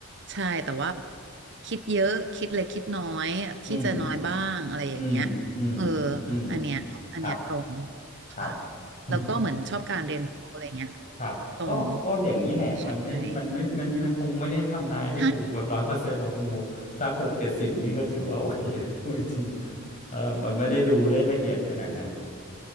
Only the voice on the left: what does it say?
อืมอืมอืม
อืม
ครับ
ครับ <laughs>
ครับก็ก็อย่างนี้แหละมันไม่มันไม่มันมันคงไม่ได้ทำนายได้ถูกแบบร้อยเปอร์เซ็นต์หรอกคุณโบสักหกเจ็ดสิบนี่ก็ถือว่าโอเค
<laughs> พูดจริงๆเออมันไม่ได้ดูได้ละเอียดขนาดนั้น